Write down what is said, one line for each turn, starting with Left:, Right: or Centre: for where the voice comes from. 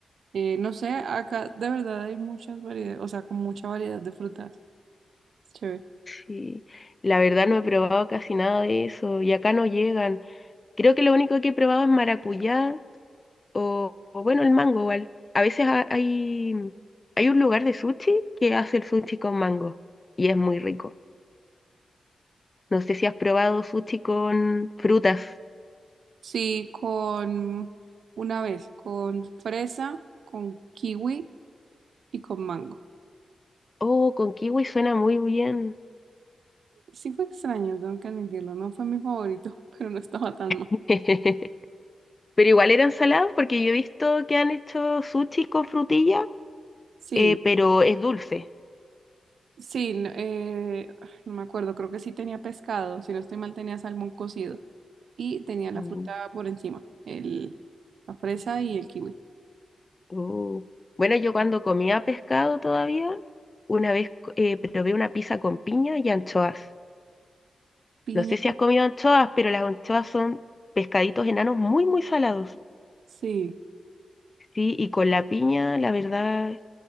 Right: eh, no sé, acá de verdad hay muchas variedades, o sea, con mucha variedad de frutas. Es Chévere.
Left: sí. La verdad no he probado casi nada de eso y acá no llegan. Creo que lo único que he probado es maracuyá. O, o bueno, el mango igual. A veces ha- hay, hay un lugar de sushi que hace el sushi con mango y es muy rico. No sé si has probado sushi con frutas.
Right: Sí, con una vez, con fresa, con kiwi y con mango.
Left: Oh, con kiwi suena muy bien.
Right: Sí fue extraño, tengo que admitirlo. No fue mi favorito, <laughs> pero no estaba tan mal.
Left: <laughs> Pero igual eran salados porque yo he visto que han hecho sushi con frutilla,
Right: Sí,
Left: eh, pero es dulce.
Right: sí, no, eh, no me acuerdo, creo que sí tenía pescado, si no estoy mal tenía salmón cocido y tenía la
Left: Mm,
Right: fruta por encima, el, la fresa y el kiwi.
Left: oh. Bueno, yo cuando comía pescado todavía, una vez co- eh, probé una pizza con piña y anchoas.
Right: Piña,
Left: No sé si has comido anchoas, pero las anchoas son pescaditos enanos muy, muy salados.
Right: sí.
Left: Sí, y con la piña, la verdad,